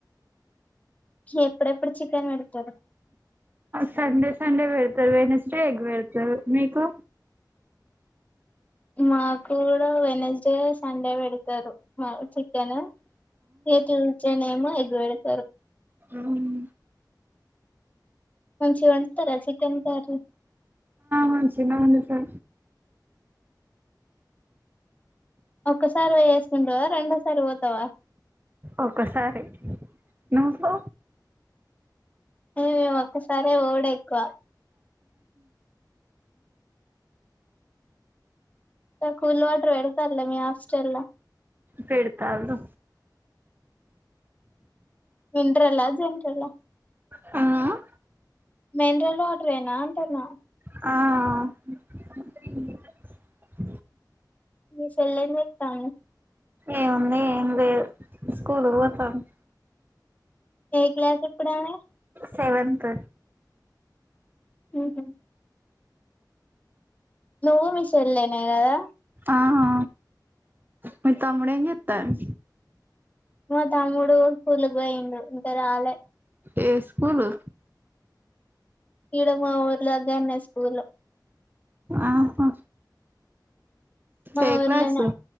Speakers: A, on the left (about 20°); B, on the right (about 25°).
A: చీ ఎప్పుడేప్పుడు చికెన్ పెడుతరు
B: సండే సండే పెడతరు. వెడ్నెస్డే ఎగ్ పెడతారు మీకు.
A: మాక్కూడా వెనస్డే సండే వెడుతరు వావ్ చికెను ఏతూచేనేమో <inaudible> ఎగ్ <inaudible>
B: ఆమ్
A: మంచిగ వండుతర చికెన్ కర్రీ
B: మంచిగనే ఉంది ఆ
A: ఒక్కసారి వేసేస్కుంటావా రెండోసారి పోతావా
B: ఒక్కసారి నువ్వు
A: ఏయ్ ఒక్కసారే పోవుడే ఎక్కువ ఇంక కూల్ వాటర్ వెడ్తన్ల మీ హాస్టల్ల
B: పెడతాన్లు
A: మిన్రలా జన్రల
B: ఆ
A: మినరల్ వాటరేన అంటన్న
B: ఆ ఆ ఆ
A: మీ చెల్లెం చేతంది
B: ఏముంది ఎంలేదు స్కూల్ కు పోతాంది
A: ఏ క్లాస్ ఇప్పుడమే
B: సేవంత్
A: ఊహు నువ్వు మీ సేల్లెన్ నే కదా
B: ఆహా మీ తమ్ముడేం చేత్తాడ్
A: మా తమ్ముడు స్కూలుకు పోయిండు ఇంకా రాలే
B: ఏ స్కూలు
A: ఇడ మా ఊర్లో దగ్గర్నే స్కూలు
B: ఆహా
A: మా
B: ఏ
A: ఊర్లోనే
B: క్లాసు